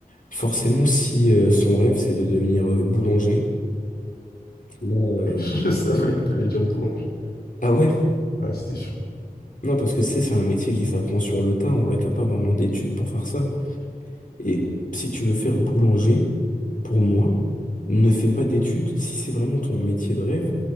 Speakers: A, on the left (about 60°); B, on the left (about 85°).
A: forcément, si euh, son rêve, c'est de devenir euh, boulanger, là, euh,
B: <laughs> Je
A: non,
B: savais
A: ça va
B: que
A: pas.
B: t'allais dire boulanger.
A: Ah ouais?
B: Ouais, c'était sûr.
A: Non, parce que tu sais, c'est un métier qui s'apprend sur le tas. En vrai, t'as pas vraiment d'études pour faire ça. Et si tu veux faire boulanger, pour moi, ne fais pas d'études. Si c'est vraiment ton métier de rêve,